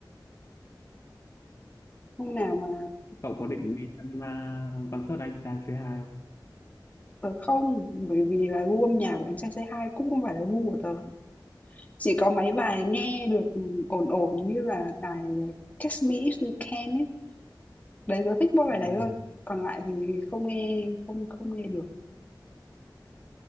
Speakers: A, on the left; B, on the left.
A: Hôm nào mà
B: Cậu có định đi xem uh, concert anh trai C2 không?
A: tớ không, bởi vì là gu âm nhạc của Anh Trai Say Hi cũng không phải là gu của tớ. Chỉ có mấy bài nghe được ổn ổn như là bài Catch Me If You Can ấy Đấy, tớ thích mỗi bài
B: Yeah.
A: đấy thôi, còn lại thì không nghe không không nghe được.